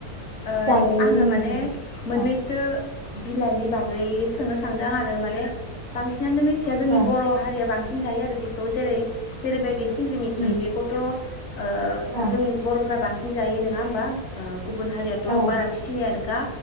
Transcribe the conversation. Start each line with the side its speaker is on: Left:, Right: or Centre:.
Left: ओ
Right: जायो
Left: आंङो
Right: जोंनिथिं
Left: माने मोननैसो
Right: औ
Left: बिलाइनि बागै सोंनो सानदों आं आरो माने बांसिनानो खथिया जोंनि
Right: ओं
Left: बर हारिया बांसिन जायो आरो बिखौ जेरै जेरैबाय सिंग्रि मिखि
Right: उम
Left: बेखौथ। ओ
Right: ओं
Left: जों बरफोरा बांसि सिन जायो नोंङा होमबा ओ। गुबुन हारियाथ
Right: औ
Left: बारा सिनायानो ना